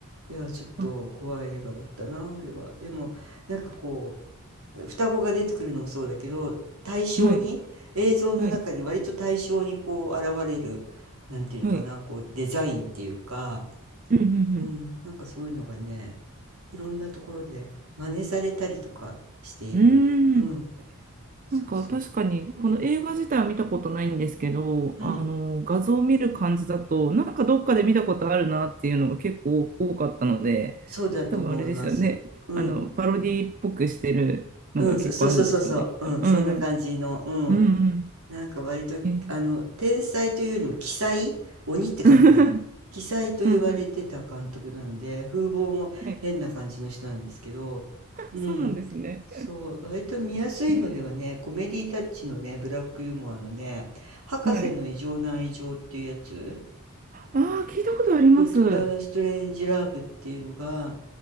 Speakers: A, on the right; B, on the right.
A: いや、ちょっと怖い映画だったな、
B: あ
A: あれは。でも、なんかこう、双子が出てくるのもそうだけど、対象に、
B: はい、
A: 映像の中に割と対象にこう現れる、
B: はい、
A: なんていうのかな、
B: はい。
A: こうデザインっていうか、
B: うん、うん、
A: うん、なんかそういうのがね、いろんなところで真似されたりとかしている。
B: うん。う
A: うん、
B: ーん。
A: そうそう。
B: なんか確かに、この映画自体は見たことないんですけど、
A: うん、
B: あの、画像を見る感じだと、なんかどっかで見たことあるなっていうのが結構多かったので、
A: そうだと思います。
B: 多分あれですよね。
A: うん、
B: あの、パロディっぽくしてるのが結構あるんでしょうね、
A: うん、そそうそうそうそう、
B: きっと。
A: うん、
B: うんうん。
A: そんな感じの、うん。
B: うん
A: なんか割と、
B: うん。
A: あの、天才というよりも鬼才、鬼って書く方の、
B: え <laughs>
A: 鬼才と言われてた監督なので、
B: うんうん
A: 風貌も変な感じの人なんですけど、
B: はい。
A: うん、
B: そうなんですね。
A: そう、割と見やすいのではね、
B: え
A: コメディタッチのね、ブラックユーモアのね、博士の異常な愛情っていうやつ、
B: ーはい。ああ、聞いたことあります。
A: ドクター・
B: は
A: ストレンジ・ラブっていうのが、